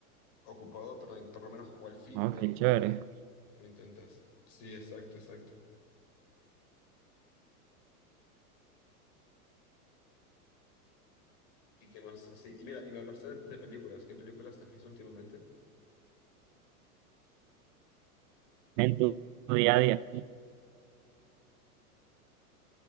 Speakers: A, on the left (about 55°); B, on the right (about 45°).
A: ocupado, pero en- por lo menos o al fin
B: No,
A: de
B: qué
A: o tal
B: chévere.
A: lo intentas. Sí, exacto, exacto. ¿Y qué más? Sí, y mira, y me hablaste de, de películas. ¿Qué películas te has visto últimamente?
B: en tu, tu día a día.